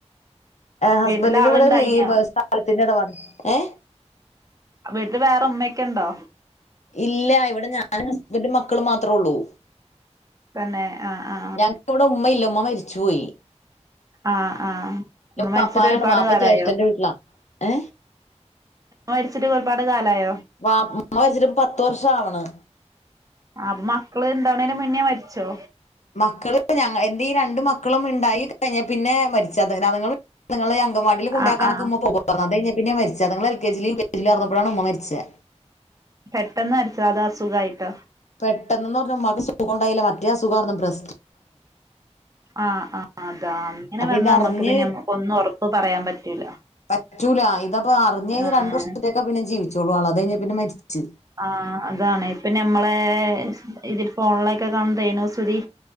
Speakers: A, on the left; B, on the right.
A: ഹസ്ബന്റിന്
B: വീട്ടില് ആള്ണ്ടായിനിയോ
A: ഇവിടെ <inaudible> സ്ഥലത്തിന്റെ ഇടാണ് ഏ
B: വീട്ടില് വേറെ ഉമ്മയൊക്കെ ഉണ്ടോ
A: ഇല്ല ഇവിടെ ഞാനും ഹസ്ബന്റും മക്കള് മാത്രമേ ഉള്ളൂ
B: തന്നെ ആ ആ
A: ഞങ്ങക്ക് ഇവിടെ ഉമ്മയില്ല ഉമ്മ മരിച്ചു പോയി
B: ആഹ് ആഹ് ഉമ്മ മരിച്ചിട്ട്
A: പാപ്പായാണ്
B: ഒരുപാട്
A: പാപ്പ
B: കാലായോ
A: ജ്യേഷ്ഠന്റെ വീട്ടിലാ ഏ
B: മരിച്ചിട്ട് ഒരുപാട് കാലായോ
A: വാപ്പമരിച്ചി ട്ട് പത്ത് വർഷം ആവണ്
B: അപ്പൊ മക്കള് ഇണ്ടാവണേന് മുന്നേ മരിച്ചോ
A: മക്കള് എന്റെ ഈരണ്ട് മക്കളും ഉണ്ടായി കഴിഞ്ഞൽ പിന്നെ മരിച്ചത് <inaudible> വാടി കൊണ്ടാക്കാനൊെ
B: ആഹ് ആഹ്
A: ഉമ്മ പോ അത് കിഞ്ഞാ പിന്ന മരിച്ച അത് ങ്ങള് എൽ കെജും കെ ജിുംറന്നപ്പോഴാണ് ഉമ്മ മരിച്ചത്
B: പെട്ടെന്ന് മരിച്ചത് അത് അസുഖമായിട്ടോ
A: പെട്ടെന്ന്ന്ന് പറഞ്ഞമ്മക്ക് സുഖം ഉണ്ടായില്ല മറ്റേ അ സുഖം ആരു ന്നു ബ്രസ്റ്റ്
B: ആഹ് ആ അതാ അങ്ങനെ
A: അപ്പൊ
B: വന്നാ
A: ഇതറിഞ്ഞ്
B: നമ്മുക്ക് പിന്നെ ഒന്നും ഉറപ്പ് പറയാൻ പറ്റൂല
A: പറ്റൂല ഇതപ്പപ്പോ അറിഞ്ഞഞ് കഴിഞ്ഞ്
B: ആഹ്
A: രണ്ടു വർഷത്തേക്കെ പിന്നെ ജീവിച്ചോളു ആൾ അത് കഴിഞ് പിന്നെ മരിച്ചു
B: ആ അതാണ് ഇപ്പൊ ഞമ്മളെ ഇതിൽ ഫോണിലൊക്കെ കാണതേനു സുരി